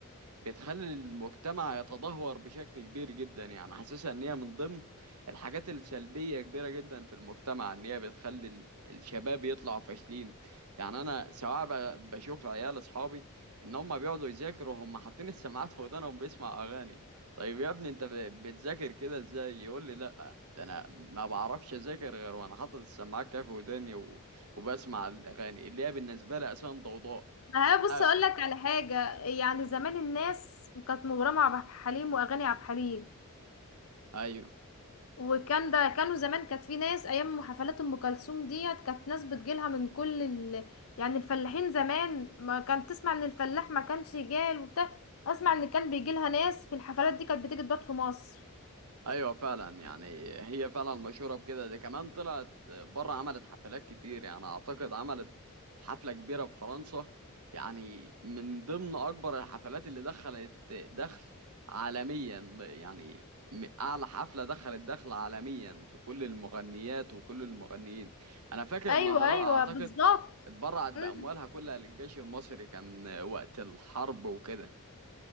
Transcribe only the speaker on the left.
ما
هي بص اقول
لك على حاجه يعني زمان الناس كانت مغرمه على عبد الحليم واغاني عبد الحليم
وكان ده كانوا زمان كانت في ناس ايام حفلات ام كلثوم ديت كانت ناس بتجيلها من كل ال... يعني الفلاحين زمان ما كانت تسمع ان الفلاح ما كانش جال وبتاع اسمع ان كان بيجيلها ناس في الحفلات دي كانت بتيجي تبات في مصر
ايوه
ايوه
بالظبط
امم